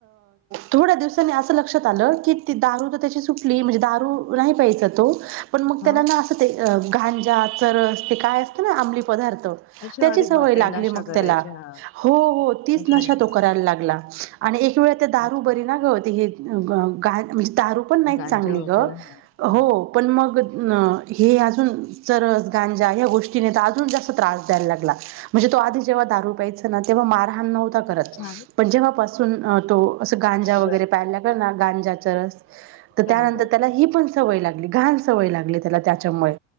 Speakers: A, on the right; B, on the left.
A: थोड्या दिवसांनी अस. लक्षात आलं की. दारू तर त्या सुटली. म्हणजे दारू नाही प्यायचा तो. पण मग त्याला
B: हा
A: ना. असं ते गांजा. चरस. ते काय असतं ना आंमली पदार्थ.
B: अच्छा
A: त्याची
B: अरे
A: सवय
B: बापरे!
A: लागली.
B: नशा
A: मग
B: करायचे
A: त्याला.
B: हां.
A: हो हो तीच
B: अच्छा,
A: नशा
B: अच्छा,
A: तो करायला लागला. आणि एक वेळ त्या दारू
B: अच्छा.
A: बरी ना ग. ते गा <inaudible> दारू पण नाही
B: गांजा
A: चांगली
B: वगैरे
A: ग.
B: हां, हां.
A: हो पण मग. अ हे अजून चरस. गांजा. या गोष्टी. केल्यात अजून जास्त त्रास द्यायला लागला. म्हणजे तो आधी जेव्हा दारू प्यायचा तेव्हा मारहाण नव्हता करत. करत
B: छान.
A: पण जेव्हापासून तो अस गांजा. वगैरे
B: गोळ्या,
A: पायाला लागला ना. गांजाचा. चरस. तर त्यानंतर
B: कमी गोड.
A: त्याला ही पण. सवय लागली. घाण सवय लागली त्याला त्याच्यामुळे.